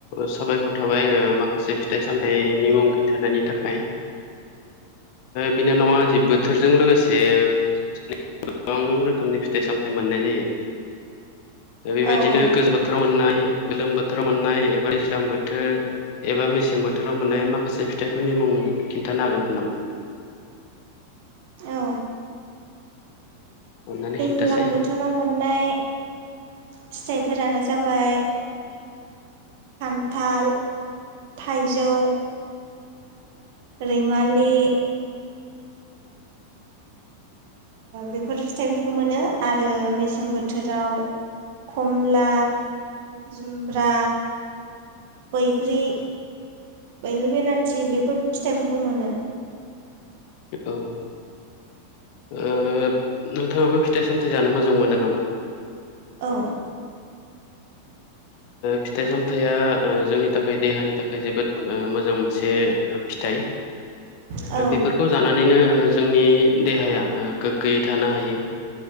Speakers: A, on the left (about 45°); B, on the right (about 50°).
A: साबायखर थाबाय माखासे फिथाइ सामथाइनि मुं खिन्थानायनि थाखाय। बिनानावा
B: औ
A: जि बोथोरजों लोगोसे गोबां रोखोमनि फिथाइ सामथाइ मोननाय जायो बेबायदिनो
B: औ औ
A: गोजां बोथोराव मोननाय गोलोम बोथोराव मोननाय एबा दैज्लां बोथोर एबा मेसें बोथोराव मोननाय माखासे फिथाइफोरनि मुं खिन्थानो हागोन नामा? <unintelligible>
B: औ
A: अननानै
B: दैज्लां
A: खिन्थासै
B: बोथोराव मोननाय फिथाइफोरानो जाबाय खान्थाल थाइजौ रैमालि बेफोर फिथाइफोरखौ मोनो आरो मेसें बोथोराव खमला जुमब्रा बैग्रि बैग्रि बिलाथि बेफोर फिथाइफोरखौ मोनो।
A: औ नोंथाङाबो फिथाइ सामथायाइ जानो मोजां मोनो नामा?
B: औ
A: फिथाइ सामथायाइा जोंनि थाखाय देहानि थाखाय जोबोद मोजां मोनसे ओ फिथाइ
B: औ
A: बेफोरखौ जानानैनो जोंनि देहाया गोग्गोयै थानो हायो